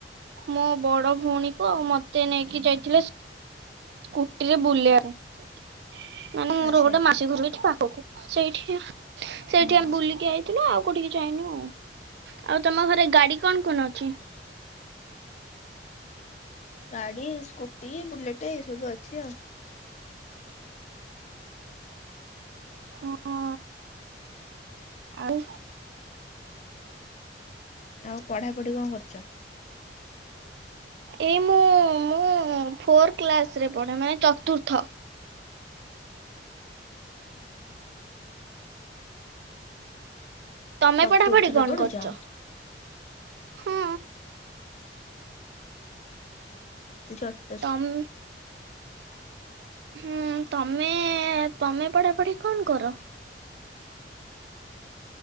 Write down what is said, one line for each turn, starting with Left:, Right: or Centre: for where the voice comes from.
Right: ମୋ ବଡ ଭଉଣୀକୁ ଆଉ ମତେ ନେଇକି ଯାଇଥିଲେ ସ୍କୁଟିରେ ବୁଲାଇ ପାଇଁ ମାନେ ମୋର
Left: ଆଚ୍ଛା
Right: ଗୋଟେ ମାସି ଘରୁ ଏଠି ପାଖକୁ ସେଇଠି, ସେଇଠି
Left: ହୁଁ।
Right: ଆମେ ବୁଲିକି ଆଇଲୁ। ଯାଇଥିଲୁ ଆଉ କୋଉଠିକି ଯାଇନୁ ଆ ଆଉ ତମ ଘରେ ଗାଡି କଣ କଣ ଅଛି।
Left: ଗାଡି ସ୍କୁଟି ବୁଲେଟେ ଏଇ ସବୁ ଅଛି ଆଉ। <unintelligible>
Right: ହଁ ଆଉ
Left: ଆଉ ପଢାପଢି କଣ କରୁଚ?
Right: ଏଇ ମୁଁ-ମୁଁ ଫୋର୍ କ୍ଲାସ୍ ରେ ପଢେ ମାନେ ଚତୁର୍ଥ।
Left: <unintelligible>
Right: ତମେ
Left: ଚତୁର୍ଥରେ
Right: ପଢାପଢି କଣ
Left: ପଡୁଚ?
Right: କରୁଛ? ହଁ
Left: ତୁ ଚ
Right: ତମ୍ ହୁଁ, ତମେ-ତମେ ପଢାପଢି କଣ କର?